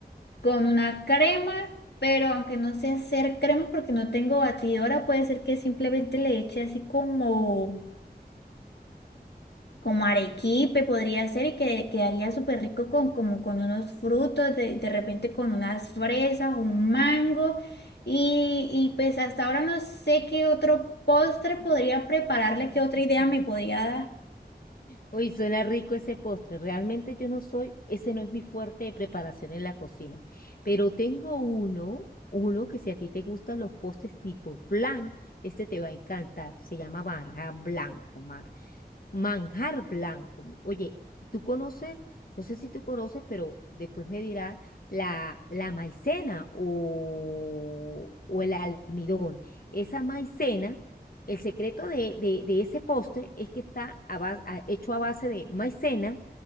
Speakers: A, on the left; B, on the left.
A: con una crema, pero aunque no sé hacer crema porque no tengo batidora, puede ser que simplemente le eche así como, como arequipe, podría ser, y que quedaría súper rico con, como con unos frutos, de, de repente con unas fresas, un mango, y, y pues hasta ahora no sé qué otro postre podría prepararle,
B: <laughs>
A: qué otra idea me podría dar.
B: Uy, suena rico ese postre. Realmente yo no soy, ese no es mi fuerte de preparación en la cocina. Pero tengo uno, uno que si a ti te gustan los postres tipo flan, este te va a encantar. Se llama marjan blanco, Mar. Manjar blanco. Oye, tú conoces, no sé si tú conoces, pero después me dirás la, la maicena o, o el almidón. Esa maicena, el secreto de, de- de ese postre es que está a bas- a- hecho a base de maicena,